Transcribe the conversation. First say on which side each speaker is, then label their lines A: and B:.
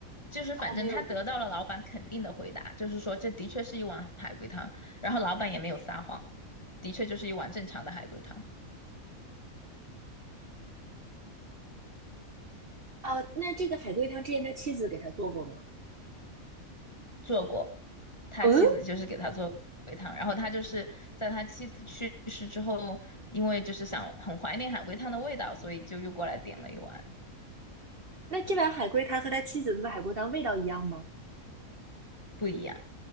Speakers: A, on the left (about 20°); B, on the right (about 45°).
A: 就是反正他得到了老板肯定的回答，
B: 啊，没有关
A: 就是说这的确是一碗海龟汤，然后老板也没有撒谎，的确就是一碗正常的海龟汤，
B: 啊。那这个海龟汤之前他妻子给他做过吗？
A: 做过，他妻子就是给他做海龟汤，
B: 嗯，
A: 然后他就是在他妻子去世之后，因为就是想很怀念海龟汤的味道，所以就又过来点了一碗，
B: 那这碗海龟汤和他妻子做的海龟汤味道一样吗？
A: 不一样，